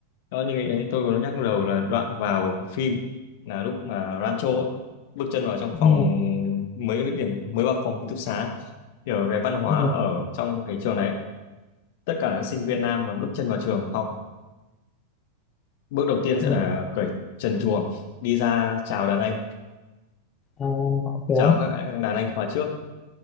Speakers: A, on the left; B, on the left.
A: đó như cái tôi có nhắc đầu là đoạn vào phim là lúc mà Rancho ấy, bước chân vào trong phòng
B: Ừ,
A: mới điểm mới vào phòng ký túc xá thì ở cái văn hóa
B: ừ,
A: ở trong cái trường này ấy, tất cả các sinh viên nam mà bước chân vào trường học bước đầu tiên sẽ
B: ừ.
A: là cởi trần truồng đi ra chào đàn anh
B: À, ok.
A: chào các anh- đàn anh khóa trước